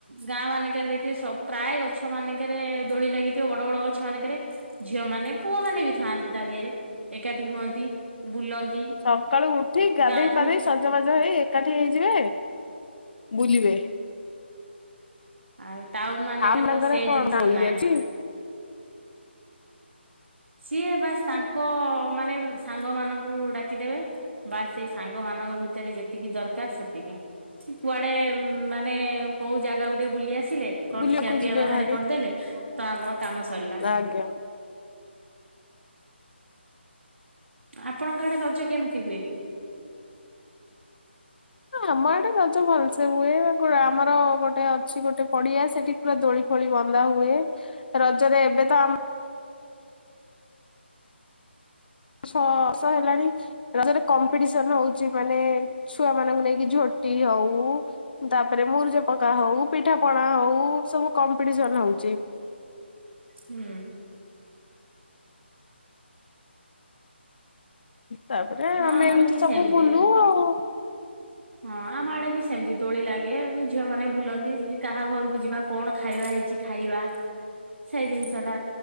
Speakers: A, on the right (about 75°); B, on the left (about 50°).
A: ଗାଁ ମାନଙ୍କରେ ଦେଖିବେ ପ୍ରାୟ ଗଛ ମାନଙ୍କରେ ଦୋଳି ଲାଗିଥିବ ବଡ ବଡ ଗଛ ଛ ମାନଙ୍କରେ ଝିଅ ମାନେ ପୁଅ ମାନେ ବି ଥାଆନ୍ତି ତା ଦିହରେ ଏକାଠି ହୁଅନ୍ତି ବୁଲନ୍ତି
B: ସକାଳୁ ଉଠି ଗାଧେଇ
A: ଗାଧେ
B: ପାଧେଇ ସଜବାଜ ହେଇ ଏକାଠି ହେଇଯିବେ ବୁଲିବେ।
A: ଆଉ ଟାଉନ ମାନେଙ୍କରେ
B: ମାନଙ୍କରେ
A: ତ ସେ
B: କଣ
A: ଜିନିଷ
B: ଦୋଳି
A: ନାହିଁ।
B: ଅଛି
A: ସିଏ ବାସ୍ ତାଙ୍କ ମାନେ ସାଙ୍ଗ ମାନଙ୍କୁ ଡାକିଦେବେ ବାସ୍ ସେଇ ସାଙ୍ଗମାନଙ୍କ ଭିତରେ ଯେତିକି ଦରକାର ସେତିକି। କୁଆଡେ ମାନେ କୋଉ ଜାଗା ଗୋଟେ ବୁଲି ଆସିଲେ କଣ
B: ବୁଲିବାକୁ
A: ଖିଆ ପିଆ
B: ଯିବେ
A: ବାହାରେ
B: ଭାରି
A: କରିଦେଲେ ତ ଆମର କାମ ସରିଲା।
B: ଆଜ୍ଞା।
A: ଆପଣଙ୍କ ଆଡେ ରଜ କେମିତି ହୁଏ?
B: ଆମ ଆଡେ ରଜ ଭଲସେ ହୁଏ ଆମର ଗୋଟେ ଅଛି ଗୋଟେ ପଡିଆ ସେଠି ଦୋଳି ଫୋଳି ବନ୍ଧା ହୁଏ ରଜରେ ଏବେ ତ ଆମ ଶ-ସ ହେଲାଣି ରଜରେ କମ୍ପିଟିସନ ହଉଛି ମାନେ ଛୁଆ ମାନଙ୍କୁ ନେଇକି ଝୋଟି ହଉ ତାପରେ ମୁରଜ ପକା ହଉ ପିଠା ପଣା ହଉ ସବୁ କମ୍ପିଟିସନ ହଉଛି
A: ହୁଁ।
B: ତାପରେ
A: ହଁ
B: ଆମେ
A: ଆମର
B: ଏମିତି
A: ବି
B: ସବୁ
A: ସେମିତି।
B: ବୁଲୁ ଆଉ।
A: ହଁ ଆମ ଆଡେ ବି ସେମିତି ଦୋଳି ଲାଗେ ଝିଅ ମାନେ ବୁଲନ୍ତି କାହା ଘରକୁ ଯିବା କଣ ଖାଇବା ହେଇଛି ଖାଇବା ସେଇ ଜିନିଷ ଟା